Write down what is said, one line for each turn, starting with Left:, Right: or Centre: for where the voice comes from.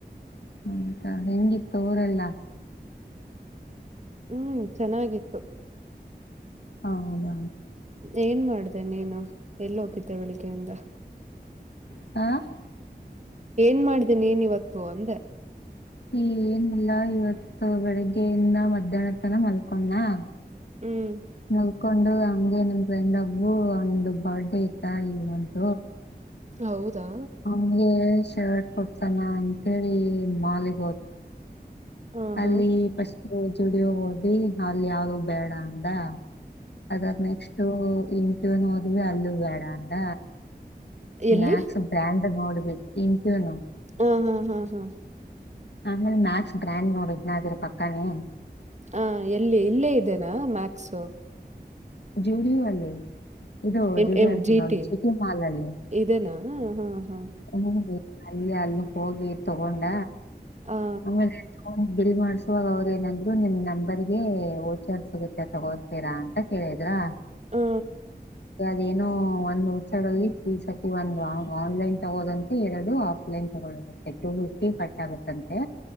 Left: ಹ್ತಾ ಹೆಂಗಿತ್ತು ಊರೆಲ್ಲ
Right: ಹ್ಮ್ ಚೆನ್ನಾಗಿತ್ತು
Left: ಹ ಹೌದಾ
Right: ಏನ್ ಮಾಡ್ದೆ ನೀನು ಎಲ್ಲೋ ಹಿಂದೆ ಬೆಳಿಗ್ಗೆಯಿಂದ
Left: <inaudible>
Right: ಏನ್ ಮಾಡಿದೀನಿ ನೀನ್ ಇವತ್ತು ಅಂದ್ರೆ
Left: ಏನು ಇಲ್ಲ ಇವತ್ತು ಬೆಳಗ್ಗೆಯಿಂದ ಮಧ್ಯಾಹ್ನ ಮಲ್ಕೊಂಡು
Right: ಹ್ಮ್
Left: ನಲ್ಕೊಂಡು ಹಮಗೆ ನಮ ಫ್ರೆಂಡ್ ಒಬ್ಬು ಒಂದು ಬರ್ಡೇ ಇವಂತ
Right: ಹೌದಾ
Left: ನಮಗೆ ಶರ್ಟ್ ಕೊಡ್ಸನ ಅಂತ ಹೇಳಿ ಮಾಡಿ
Right: ಹ
Left: ಅಲ್ಲಿ
Right: ಹಾ
Left: ಪಸ್ಟು ಜುಡೆಯಾಗಿ ಹೋದ್ವಿ ಅಲ್ಲಿ ಯಾವುದೂ ಬೇಡ ಅಂದ ಅದನಷ್ಟು ಇಂತಿಂ ಓದಿ ಅಲ್ಲಿ ಬೇಡ ಅಂದ
Right: ಎಲ್ಲಿ
Left: ಮ್ಯಾಕ್ಸ್ ಬ್ರ್ಯಾಂಡ್ ನೋಡ್ಬಿಟ್ಟು ಇನ್ಂತೂನು
Right: ಹಾ ಹಾ ಹಾ ಹಾ
Left: ಆಮೇಲೆ ಮ್ಯಾಕ್ಸ್ ಫ್ರೆಂಡ್ ನೋಡಿದ್ದೇನೆ ಅದರ ಪಕ್ಕನೆ
Right: ಹ ಎಲ್ಲಿ ಇಲ್ಲೇನಾ ಮ್ಯಾಕ್ಸ್
Left: ಜೂಡಿವೆ ಇದು
Right: ಎಂ
Left: ಜಿಡಿ
Right: ಎಂ
Left: ಅಂತ
Right: ಜಿ
Left: ನೋಡಿ
Right: ಟಿ
Left: ಜಿಟಿ ಮಾಲ್ ಅಲ್ಲಿ
Right: ಇದೆನಾ ಹಾ ಹಾ
Left: ಹ ಅಲ್ಲಿ ಅಲ್ಲಿ ಹೋಗಿ ತಗೊಂಡ
Right: ಆ
Left: ಆಮೇಲೆ <unintelligible> ಅಂತ ಬಿಲ್ ಮಾಡಿಸುವಾಗ ಅವರು ಏನಂದ್ರು ನಿಮ್ ನಂಬರಿಗೆ ವಾಚಸ್ ಹೋಗುತ್ತೆ ಅಂತೀರಾ ಹೇಳಿದ್ರಾ
Right: ಹಾ
Left: ಅದೇಏನೋ ಒಂದು ಹಚ್ಚರಲ್ಲಿ ಸತಿ ಒಂದು ಆನ್ಲೈನ್ ತಗೋದಂತೆ ಎರಡು ಲೆ ತಗೊಳ್ಳದಂತೆ ಟು ಫಿಫ್ಟಿ ಪಟ್ ಆಗತ್ತಂತೆ